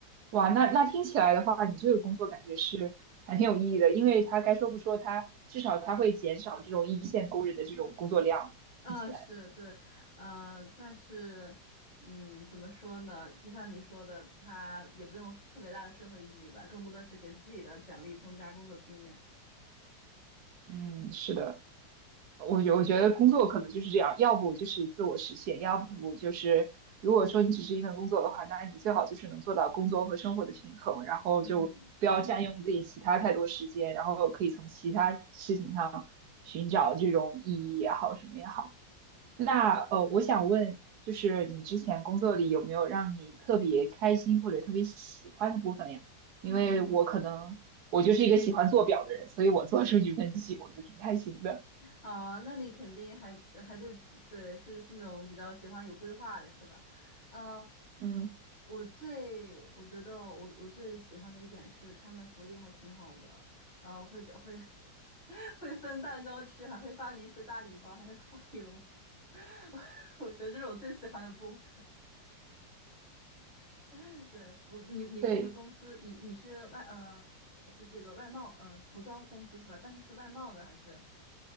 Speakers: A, on the right (about 60°); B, on the left (about 40°).
A: 哇，那那听起来的话，你这个工作感觉是还挺有意义的，因为它该说不说，它至少它会减少这种一线工人的这种工作量。
B: 啊，
A: 听起来，
B: 是对，呃，但是，嗯，怎么说呢？就像你说的，它也不用特别大的社会意义吧，更多的是给自己的简历增加工作经验，
A: 嗯，是的。我觉我觉得工作可能就是这样，要不就是自我实现，要不就是如果说你只是一份工作的话，那你最好就是能做到工作和生活的平衡，然后就不要占用自己其他太多时间，
B: 嗯。
A: 然后可以从其他事情上寻找这种意义也好，什么也好。那呃，我想问，就是你之前工作里有没有让你特别开心或者特别喜欢的部分呀？
B: 嗯，
A: 因为我可能我就是一个喜欢做表的人，所以我做数据分析我就挺开心的，
B: 啊，那你肯定还还对对，是是那种比较喜欢有规划的，是吧？呃，
A: 嗯。
B: 我最我觉得我我最喜欢的一点是他们福利还挺好的，呃，或者会 <laughs> 会分蛋糕吃，还会发零食大礼包，还有发羽绒服 <laughs> 我我觉得这是我最喜欢的部分。<laughs> 对，我你你你们公司你你是外呃是这个外贸呃服装公司是吧？
A: 对，
B: 但是是外贸的还是